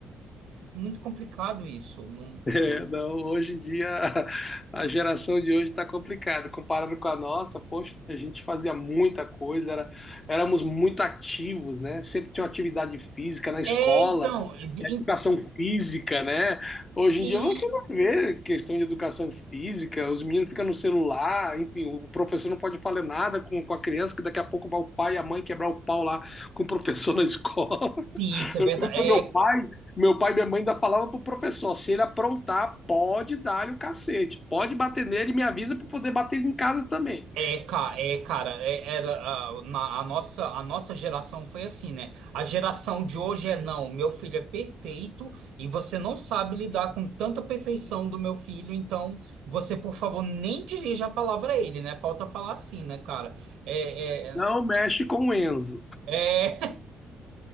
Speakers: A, on the right (about 85°); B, on the left (about 30°).
A: Muito complicado isso. Não...
B: É, não, hoje em dia <laughs> a geração de hoje está complicada. Comparado com a nossa, poxa, a gente fazia muita coisa, era, éramos muito ativos, né? Sempre tinha uma atividade física na escola,
A: É, então. e- e-
B: educação física, né? Hoje
A: Sim,
B: em dia você não vê questão de educação física, os meninos ficam no celular, enfim, o professor não pode falar nada com, com a criança, que daqui a pouco vai o pai e a mãe quebrar o pau lá com o professor na <laughs> escola.
A: sim, isso é
B: Eu
A: verdade.
B: lembro que o meu
A: é,
B: pai, meu pai e minha mãe ainda falavam pro professor, se ele aprontar, pode dar-lhe o cacete, pode bater nele e me avisa para poder bater ele em casa também.
A: É, ca- é, cara, é- era, a, na- a nossa, a nossa geração foi assim, né? A geração de hoje é não, meu filho é perfeito e você não sabe lidar com tanta perfeição do meu filho, então você, por favor, nem dirija a palavra a ele, né? Falta falar assim, né, cara? É, é,
B: Não mexe com o Enzo.
A: é,